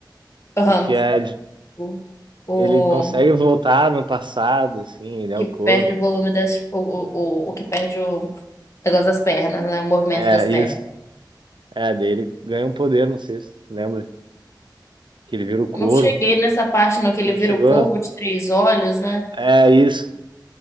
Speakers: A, on the left (about 35°); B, on the right (about 75°).
A: Aham.
B: o que é. de-
A: O, o
B: Ele consegue voltar no passado, assim, ele é
A: que
B: o corvo,
A: perde o
B: né?
A: volume das. O, o, o, o que perde o negócio das pernas, né? O movimento
B: É,
A: das pernas.
B: isso. É, daí ele ganha um poder, não sei se tu lembra, que ele vira o corvo.
A: Não cheguei nessa parte, não, que ele
B: Não
A: vira
B: chegou.
A: o corvo de três olhos, né?
B: É isso.